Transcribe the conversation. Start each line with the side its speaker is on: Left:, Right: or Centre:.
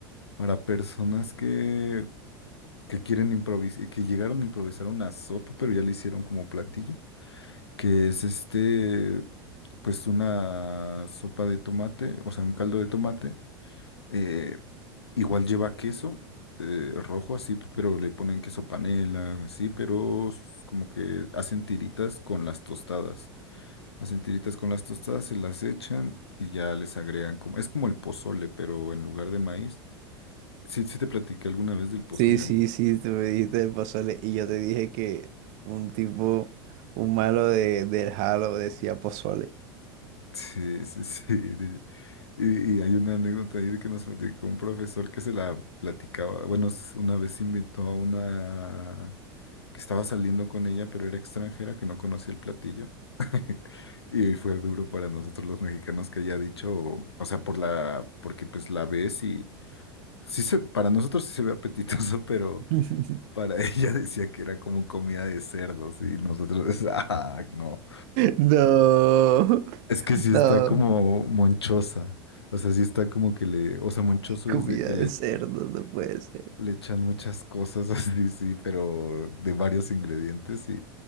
Left: para personas que, que quieren improvisar, que llegaron a improvisar una sopa, pero ya la hicieron como platillo, que es este, pues una sopa de tomate, o sea, un caldo de tomate. eh, igual lleva queso eh, rojo así, pero le ponen queso panela, así, pero s- como que hacen tiritas con las tostadas. Las entiritas con las tostadas se las echan y ya les agregan como, es como el pozole, pero en lugar de maíz. Sí, sí te platiqué alguna vez del pozole,
Right: Sí, sí,
Left: ¿no?
Right: sí, tú me dijiste del pozole y yo te dije que un tipo, un malo de, del Halo decía pozole.
Left: Sí, sí, <laughs> sí. de- y, y hay una anécdota ahí de que nos platicó un profesor que se la platicaba. Bueno, s- una vez invitó a una que estaba saliendo con ella, pero era extranjera, que no conocía el platillo. <laughs> Y fue duro para nosotros los mexicanos que haya dicho, o sea, por la, porque pues la ves y Sí se, para nosotros sí se ve apetitoso, <laughs> pero
Right: <laughs>
Left: para ella <laughs> decía que era como comida de cerdos y nosotros, <laughs> ah, no.
Right: No,
Left: Es que sí
Right: no,
Left: está como monchosa, o sea, sí está como que le, o sea, monchoso
Right: comida
Left: es de que
Right: de
Left: le,
Right: cerdo, no puede ser.
Left: le echan muchas cosas <laughs> así, sí, pero de varios ingredientes y,